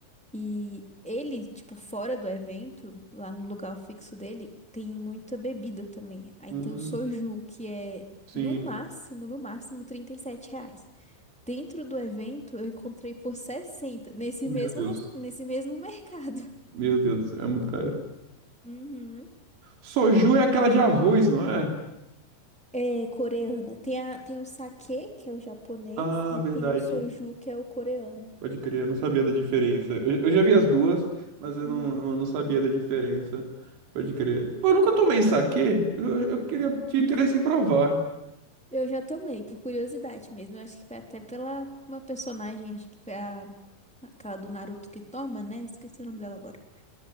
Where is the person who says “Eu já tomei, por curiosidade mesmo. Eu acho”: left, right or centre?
Centre